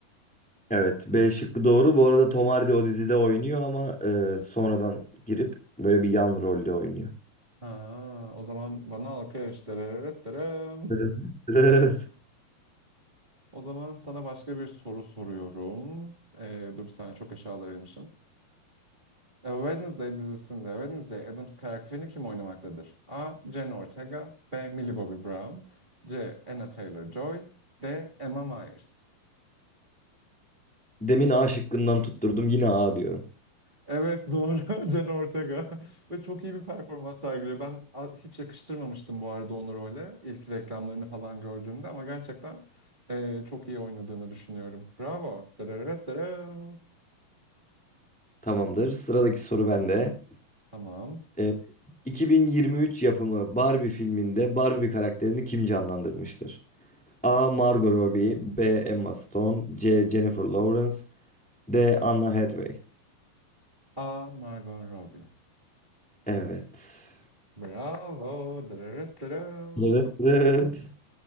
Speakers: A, in the centre; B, on the right (about 40°).
A: evet. B şıkkı doğru. Bu arada Tom Hardy o dizide oynuyor ama e, sonradan girip böyle bir yan rolde oynuyor. <laughs>
B: Ha, o zaman bana alkış. Dırırırt dırım.
A: Evet. Evet.
B: O zaman sana başka bir soru soruyorum. Ee, dur bir saniye çok aşağılara inmişim. A Wednesday dizisinde Wednesday Addams karakterini kim oynamaktadır? A. Jenna Ortega B. Millie Bobby Brown C. Anna Taylor-Joy D. Emma Myers
A: Demin A şıkkından tutturdum. Yine A diyorum.
B: Evet doğru <laughs> Jenna Ortega <laughs> ve çok iyi bir performans sergiliyor. Ben a- hiç yakıştırmamıştım bu arada onu role ilk reklamlarını falan gördüğümde ama gerçekten e, çok iyi oynadığını düşünüyorum. Bravo. Dırırırt dırım.
A: Tamamdır. Sıradaki soru bende.
B: Tamam.
A: E, 2023 yapımı Barbie filminde Barbie karakterini kim canlandırmıştır? A. Margot Robbie B. Emma Stone C. Jennifer Lawrence D. Anna Hathaway
B: A. Margot Robbie.
A: Evet.
B: Bravo. Dırırırt dırım.
A: Evet. Evet.